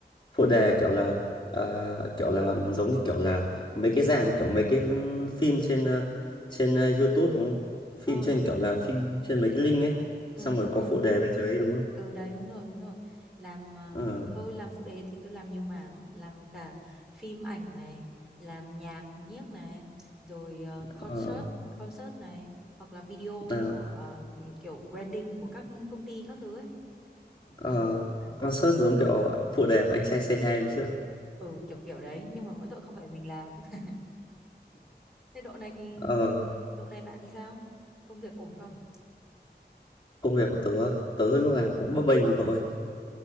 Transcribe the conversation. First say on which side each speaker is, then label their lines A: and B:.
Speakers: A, on the left; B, in the centre.
A: phụ đề kiểu là à, kiểu là giống như kiểu là mấy cái dạng kiểu mấy cái phim trên ờ, trên ờ, YouTube đúng không? Phim
B: Ờ
A: trên
B: đúng
A: kiểu
B: rồi,
A: là
B: đúng
A: phim
B: rồi.
A: trên mấy cái link ấy.
B: Ừ.
A: Xong rồi
B: Đúng
A: có
B: rồi.
A: phụ đề bên dưới ấy, đúng không?
B: Ừ đấy đúng rồi đúng rồi làm à,
A: Ờ,
B: tôi làm phụ đề thì tôi làm nhiều mảng làm cả phim ảnh này làm nhạc nhiếc này rồi ờ, concert
A: ờ,
B: concert này hoặc là video
A: à,
B: của ờ, kiểu branding của các công ty các thứ ấy
A: ờ,
B: nhiều mảng nhiều mảng
A: concert giống kiểu phụ đề của anh trai C2 hôm trước.
B: ừ kiểu kiểu đấy nhưng mà mỗi tội không phải mình làm <laughs> thế độ này
A: Ờ,
B: độ này bạn thì sao công việc ổn không
A: công việc của tớ, tớ lúc nào cũng bấp bênh thôi cậu ơi.